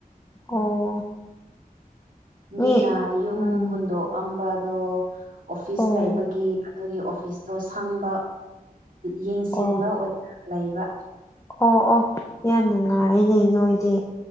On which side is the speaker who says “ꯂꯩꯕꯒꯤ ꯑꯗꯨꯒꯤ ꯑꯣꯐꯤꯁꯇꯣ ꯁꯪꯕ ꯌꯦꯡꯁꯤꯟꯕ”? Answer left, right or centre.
Right